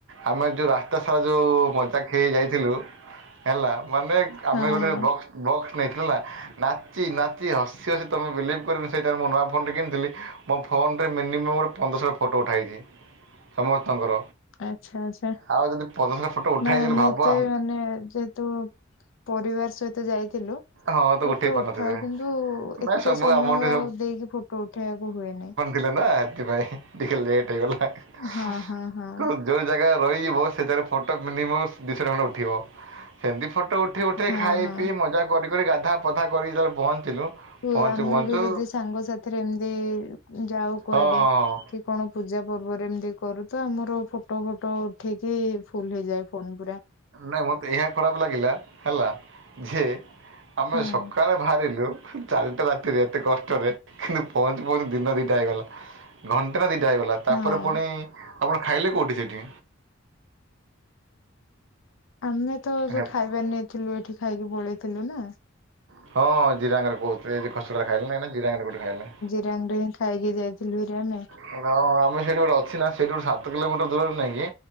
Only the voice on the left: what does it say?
ହଁ
ହଁ
ଆଛା ଆଛା।
ନା ଆମେ
ଏତେ
ମାନେ ଯେହେତୁ ପରିବାର ସହିତ ଯାଇଥିଲୁ
ଫୋଟୋ
ଉଠାଉ। କିନ୍ତୁ
ଏତେ
ସମୟ
ଆଉ ଦେଇକି ଫୋଟୋ ଉଠେଇବାକୁ ହୁଏନି।
ହଁ ହଁ ହଁ
ହଁ
ହଁ
ଇଏ
ଆମେ
ବି ଯଦି ସାଙ୍ଗ ସାଥିରେ ଏମତି ଯାଉ କୁଆଡେ
କି କଣ ପୂଜା ପର୍ବରେ ଏମିତି କରୁ ତ ଆମର ଫୋଟୋ ଫୋଟୋ ଉଠେଇକି ଫୁଲ୍ ହେଇଯାଏ। ଫୋନ୍ ଗୁରା
ହୁଁ
ହଁ
ଆମେ ତ ଯୋଉ
ଖାଇବା ନେଇଥିଲୁ ଏଠି ଖାଇକି ପଳେଇଥିଲୁ ନା।
ଙ୍ଗ ହିଁ ଖାଇକି ଯାଇଥିଲୁ ବିରିଆନୀ।